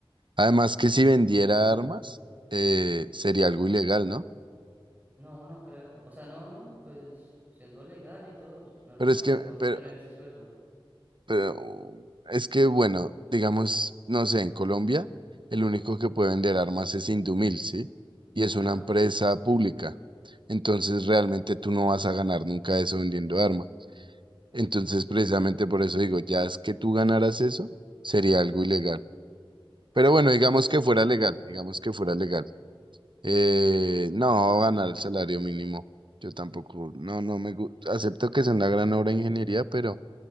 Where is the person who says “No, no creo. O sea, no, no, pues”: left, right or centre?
Right